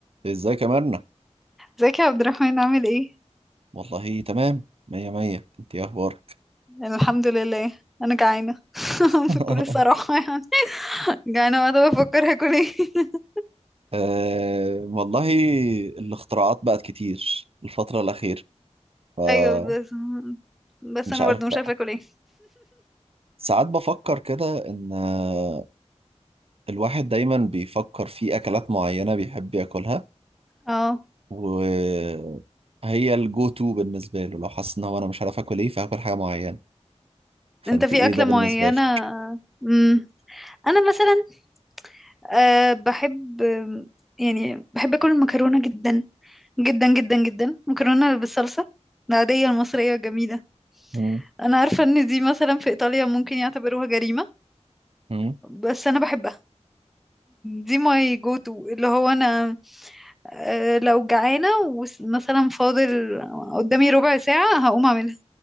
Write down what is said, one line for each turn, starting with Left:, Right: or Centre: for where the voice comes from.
Right: ازيك يا مرنة
Centre: ازيك يا عبد الرحمن عامل ايه؟
Right: والله تمام مية مية انت ايه اخبارك
Centre: أنا الحمد لله انا جعانه <laughs>
Right: <laughs>
Centre: بكل صراحه يعني جعانه وقاعده بفكر هاكل ايه <laughs>
Right: أه والله الاختراعات بقت كتير الفترة الأخيرة فمش
Centre: ايوه بس بس انا
Right: عارف
Centre: برضو مش
Right: بقى
Centre: عارفه اكل ايه
Right: ساعات بفكر كده إن آه، الواحد دايما بيفكر في أكلات معينة بيحب ياكلها
Centre: اه
Right: وهي الجو تو بالنسبة له لو حاسس إن هو أنا مش عارف آكل إيه فهاكل حاجة معينة فأنت
Centre: انت في
Right: إيه
Centre: اكله
Right: ده بالنسبة
Centre: معينه
Right: لك؟
Centre: امم انا مثلا أه بحب يعني بحب اكل المكرونه جدا جدا جدا جدا مكرونه بالصلصه العاديه المصريه الجميله
Right: مم.
Centre: انا عارفه ان دي مثلا في ايطاليا ممكن يعتبروها جريمه
Right: مم.
Centre: بس انا بحبها دي ماي جو تو اللي هو انا آه، لو جعانة ومثلا فاضل قدامي ربع ساعة هقوم أعملها